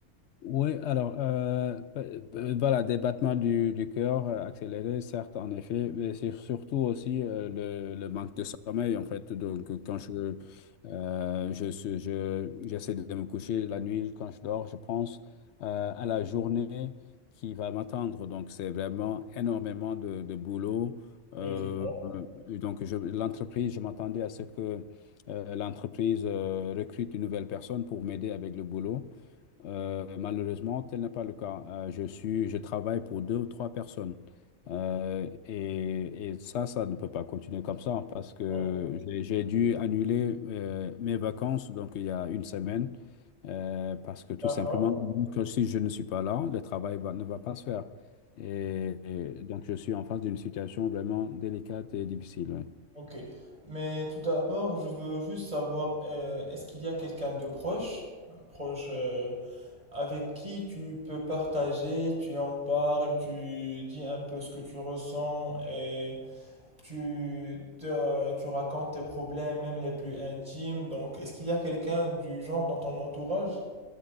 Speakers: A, on the left (about 65°); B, on the right (about 30°).
A: Oui, alors, euh, pe- pe- voilà, des battements du, du cœur euh, accélérés, certes, en effet, mais c'est surtout aussi euh, le, le manque de sommeil, en fait. Donc, euh, quand je, euh, je, suis- je, j'essaie de me coucher la nuit, quand je dors, je pense euh, à la journée qui va m'attendre. Donc, c'est vraiment énormément de, de boulot. Euh,
B: Oui, je vois.
A: et donc, je- l'entreprise, je m'attendais à ce que euh, l'entreprise euh, recrute une nouvelle personne pour m'aider avec le boulot. Euh, malheureusement, tel n'est pas le cas. Euh, je suis, je travaille pour deux ou trois personnes. Euh, et, et ça, ça ne peut pas continuer comme ça parce que
B: Ouais,
A: j'ai j'ai dû annuler euh, mes vacances donc il y a une semaine euh, parce que tout
B: d'accord.
A: simplement, que si je ne suis pas là, le travail va- ne va pas se faire. Et, et donc, je suis en face d'une situation vraiment délicate et difficile. ouais.
B: Ok. Mais tout d'abord, je veux juste savoir, euh, est-ce qu'il y a quelqu'un de proche, proche, euh, Avec qui tu peux partager, tu en parles, tu dis un peu ce que tu ressens et tu, te- tu racontes tes problèmes, même les plus intimes. Donc, est-ce qu'il y a quelqu'un du genre dans ton entourage?